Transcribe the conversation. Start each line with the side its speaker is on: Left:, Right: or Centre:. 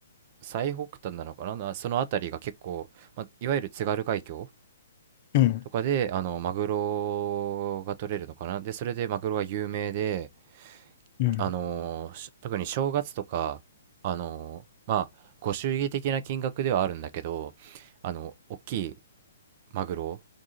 Right: 最北端なのかななその辺りが結構、ま、いわゆる津軽海峡
Left: うん。
Right: とかであのマグロが取れるのかなでそれでマグロが有名で
Left: うん。
Right: あのーし特に正月とか、あのーまあ、ご祝儀的な金額ではあるんだけど、あの、大きいマグロ、